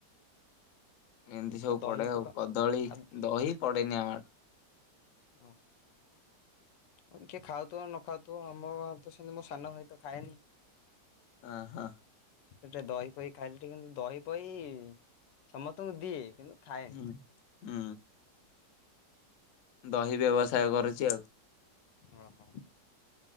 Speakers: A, on the left; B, on the left.
A: ଏନ୍ତି ସବୁ
B: ଦହି
A: ପଡ଼େ
B: ପକା
A: ଆଉ କଦଳୀ
B: ଆଉ
A: ଦହି ପଡେନି ଆମ ଆ
B: ହଁ। ଅ କିଏ ଖାଉଥୁବ ନ ଖାଉଥୁବ ଆନବା ତ ସେମିତି ମୋ ସାନ ଭାଇ ତ ଖାଏନି।
A: ଅ ହଁ।
B: ଏ ଟିକେ ଦହି ପହି ଖାଇଲେ ଟିକେ ଦହି ପହି ସମସ୍ତଙ୍କୁ ଦିଏ କିନ୍ତୁ ଖାଏନି।
A: ହୁଁ ହୁଁ। ଦହି ବ୍ୟବସାୟ କରୁଚି ଆଉ।
B: ଓ ହୋ।